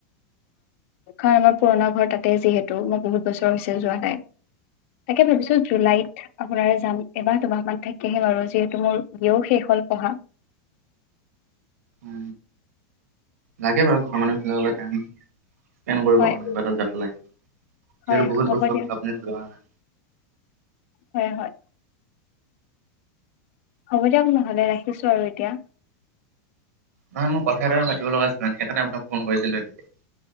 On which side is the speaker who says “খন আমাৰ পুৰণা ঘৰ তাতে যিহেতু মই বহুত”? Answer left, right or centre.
Left